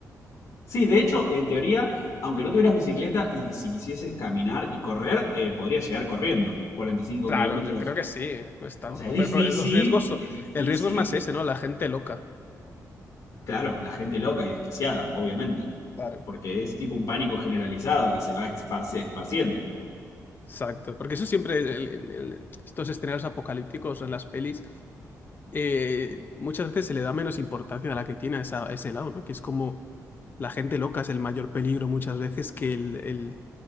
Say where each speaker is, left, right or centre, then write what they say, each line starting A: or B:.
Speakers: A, on the left; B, on the left.
A: Sí, de hecho, en teoría, aunque no tuvieras bicicleta y si quisieses caminar y correr, eh, podrías llegar corriendo. 45
B: Claro,
A: kilómetros.
B: yo creo que sí, no es tanto.
A: O sea, es difícil,
B: Pero, pero los riesgos, so-
A: es difícil.
B: el riesgo es más ese, ¿no? La gente loca.
A: Claro, la gente loca y desquiciada, obviamente.
B: Claro.
A: Porque es tipo un pánico generalizado que se va esparci- esparciendo.
B: Exacto, porque eso siempre, el- el- el- estos escenarios apocalípticos en las pelis, eh, muchas veces se le da menos importancia a la que tiene a, esa- a ese lado, ¿no? Que es como la gente loca es el mayor peligro muchas veces que el, el-